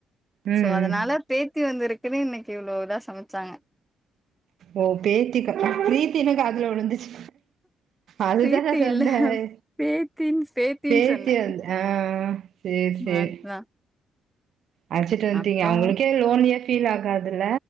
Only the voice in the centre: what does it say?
சோ அதனால
பேத்தி வந்துருக் இத இன்னைக்கு இவ்ளோதான் சமைச்சாங்க
பிரீத்தி
இல்ல பேத்தின் பேத்தின்னு
சொன்னே
அதுதா
அப்றோ